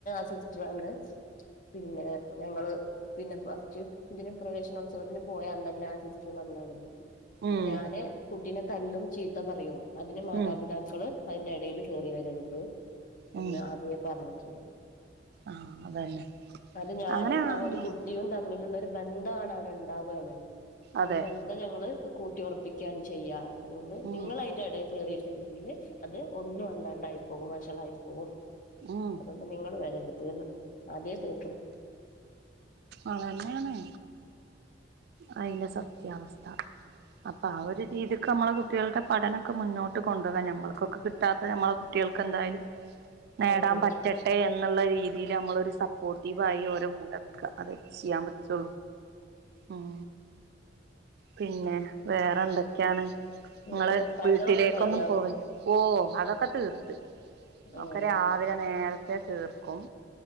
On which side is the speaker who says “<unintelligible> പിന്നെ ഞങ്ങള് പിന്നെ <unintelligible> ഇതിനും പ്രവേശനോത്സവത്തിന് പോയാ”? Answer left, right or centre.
Left